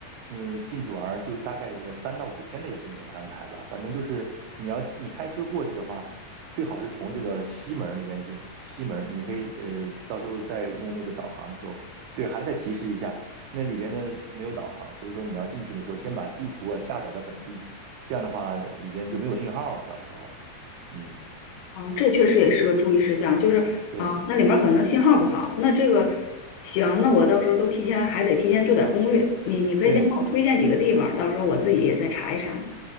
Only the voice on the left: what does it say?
啊，这确实也是个注意事项，就是啊，
那里面儿可能信号不好。那这个行，那我到时候都提前还得提前做点儿攻略。你你可以先帮我推荐几个地方，
到时候我自己也再查一查。